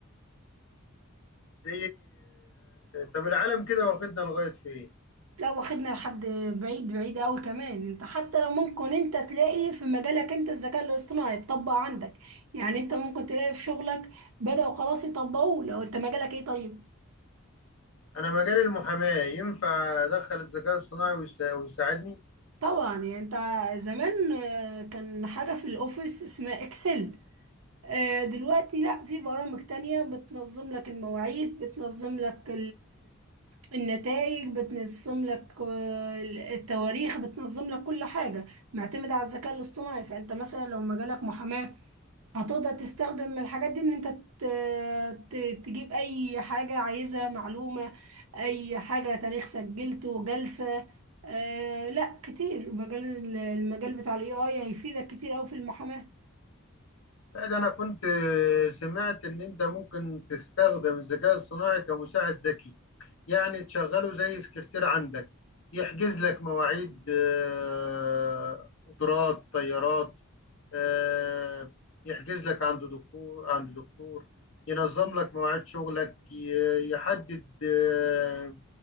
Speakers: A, on the left (about 65°); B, on the right (about 85°).
A: زي طب العالم كده واخدنا لغايه فين
B: لو واخدنا لحد بعيد بعيد قوي كمان انت حتى لو ممكن انت تلاقي في مجالك انت الذكاء الاصطناعي يتطبق عندك يعني انت ممكن تلاقي في شغلك بدأوا خلاص يطبقوه لو انت مجالك ايه طيب
A: انا مجال المحاماه ينفع ادخل الذكاء الصناعي ويسا- ويساعدني
B: طبعا يعني انت زمان آه، كان حاجة في الاوفيس اسمها اكسل آه، دلوقتي لا في برامج تانية بتنظم لك المواعيد بتنظم لك النتائج بتنظم لك آه، التواريخ بتنظم لك كل حاجة معتمدة على الذكاء الاصطناعي فانت مثلا لو مجالك محاماة هتقدر تستخدم الحاجات دي ان انت ت- ت- تجيب اي حاجة عايزها معلومة اي حاجة تاريخ سجلته جلسة آه لا كتير مجال المجال بتاع الاي اي هيفيدك كتير اوي في المحاماة
A: لا ده انا كنت سمعت ان انت ممكن تستخدم الذكاء الصناعي كمساعد ذكي يعني تشغله زي سكرتير عندك يحجز لك مواعيد آه، قطارات طيارات آه، يحجز لك عند دكتور عند دكتور ينظم لك مواعيد شغلك ي- يحدد آه،